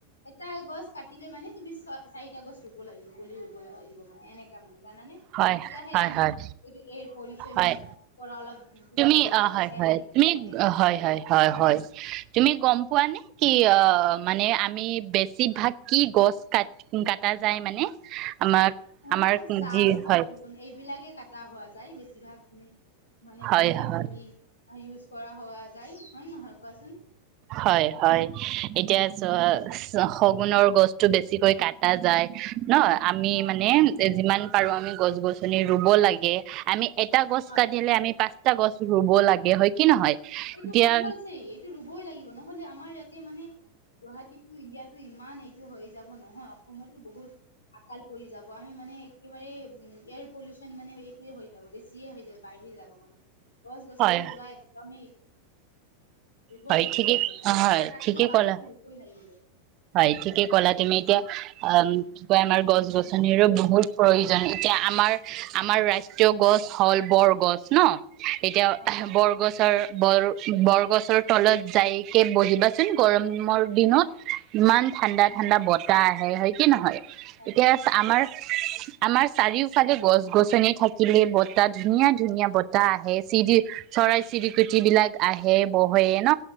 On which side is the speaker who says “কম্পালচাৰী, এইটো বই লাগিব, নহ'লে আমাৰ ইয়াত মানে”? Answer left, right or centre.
Left